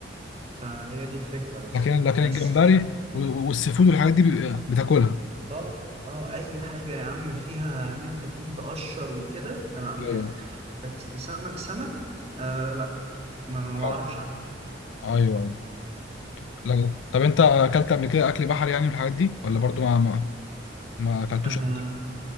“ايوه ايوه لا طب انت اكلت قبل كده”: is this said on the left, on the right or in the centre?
Left